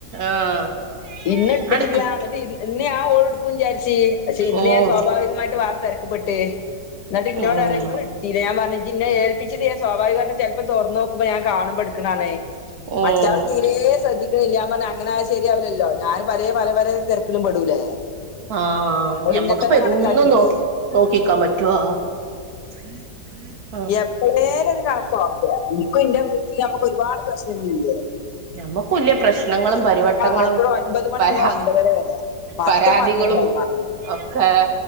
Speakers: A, on the right (about 65°); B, on the left (about 80°).
A: ആഹ്.
B: ഇന്നെട്ത്തിട്ടില്ല
A: ആട്ക്ക്
B: ന്നട്ട് ഇ ഇന്ന് ഞാ ഓള്ട്ക്കും വിചാരിച്ച്. പക്ഷെ ഇന്ന്
A: ഓഹ്
B: ഞാ സ്വാഭാവികമായിട്ട് വാർ തെരക്ക്പ്പെട്ട് ന്നട്ട് ഇന്നോടറ്യ
A: ഓഹ്
B: ങ്ങള്ട്ത്തീലെ ഞാ പർഞ്ഞ്. ജിന്നേ ഏൽപ്പിച്ച്ട്ട് ഞാ സ്വാഭാവികമായിട്ട് ചെൽപ്പം തൊർന്നോക്കുമ്പ ഞാ കാണുമ്പട്ക്ക്ണാണ്.
A: ഓഹ്
B: മറ്റാൾ തീരേ സ്രദ്ധി ല്ല ഞാപർഞ് അങ്ങനായ ശര്യാവൂലല്ലോ ഞാന് പലേ പല പല തെര്ക്കിലും പെടൂലേ.
A: ആഹ് ആഹ്
B: ഓള്
A: ഞമ്മക്ക്പ്പെന്നു
B: ഇന്നെ തന്നെ കണക്കാക്കിട്ട്
A: നോ നോക്കിക്കാ പറ്റ്വോ. <inaudible>
B: യെപ്പേലൊര് കണക്കോക്കെ ഇൻക്കു ഇന്റെ വീട്ടിലെമക്ക് ഒരുപാട് പ്രശ്നങ്ങളില്ലേ.
A: ഞമ്മക്കൂല്ലേ പ്രശ്നങ്ങളും. പരിവട്ടങ്ങളും
B: ആ ആയിക്കൂടെ ഒൻപത് മണി
A: പരാ
B: മുതൽ ഒൻപതര വരെയാ പറ്റ
A: പരാതികളും
B: മറക്കുന്ന ടൈമാണ്
A: ഒക്കെ.